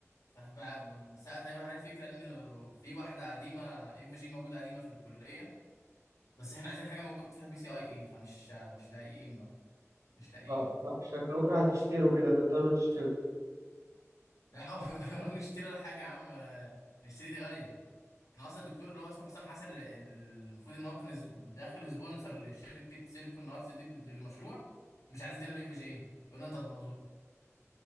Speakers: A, on the left; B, on the right.
A: فراح بقى- ساعتها ايمن علي فكره ان في واحده قديمه اف بي جي موجوده قديمه في الكليه بس احنا عايزين حاجه موجود فيها بي سي اي اي فمش مش لاقيين بقى مش لاقيين
B: اه آه، شكلكم هتشتروا كده تضطروا تشتروا
A: لا <laughs> نشتري الحاجه يا عم نشتري دي غاليه احنا اصلا الدكتور اللي هو اسمه حسام حسن ال- ال- المفروض ان هو كان ز- داخل سبونسر لشركه سيليكون ارتس دي بال- للمشروع مش عايز يدينا الاف جي اي يقول لنا انت هتبوظوها